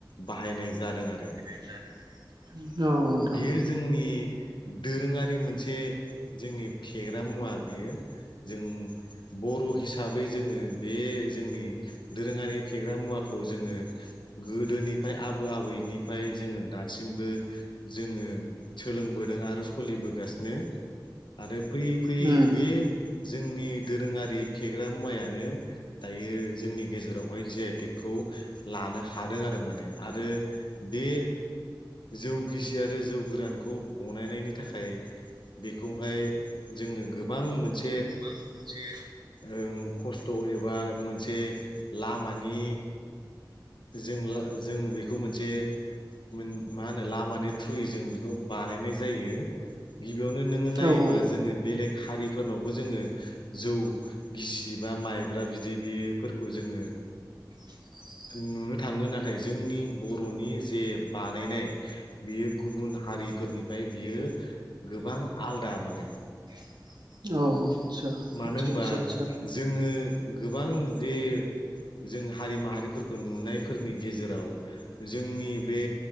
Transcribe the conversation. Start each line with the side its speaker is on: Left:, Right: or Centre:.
Left: बाहायनाय जादों आरो।
Right: औ नोंथां
Left: बियो जोंनि दोरोङारि मोनसे जोंनि फेग्रा मुवा बियो जों बर' हिसाबै जोङो बे जोंनि दोरोङारि फेग्रा मुवाखौ जोङो गोदोनिफ्राय आबौ आबैनिफ्राय जोङो दासिमबो जोङो सोलोंबोदों आरो सोलिबोगासिनो आरो फैयै फैयै
Right: उम औ
Left: बे जोंनि दोरोङारि फेग्रा मुवाया दायो जोंनि गेजेरावहाय जि आइटेक खौ लानो हादों आरो माने आरो बे जौगिसि आरो जौ गोरानखौ बनायनायनि थाखाय बेखौहाय जोङो गोबां मोनसे
Right: गोबां मोनसे
Left: ओं खस्थ एबा मोनसे लामानि जों जों बेखौ मोनसे मोन मा होनो लामानि थ्रुयै जों बेखौ बानायनाय जायो। गिबियावनो नोङो नायोबा
Right: औ औ
Left: जोङो बेलेग हारिफोरनावबो जोङो जौ गिसि बा माइब्रा बिदि बे फोरखौ जोङो
Right: <inaudible>
Left: नुनो थाङो नाथाय जोंनि बरनि जे बानायनाय बेयो गुबुन हारि फोरनिफाय बियो गोबां आलदा माने
Right: अ आटसा आतसा आसटसा
Left: मानो होनबा
Right: आटसा
Left: जोङो गोबां जे जों हारि माहारिफोरखौ नुनायफोरनि गेजेराव जोंनि बे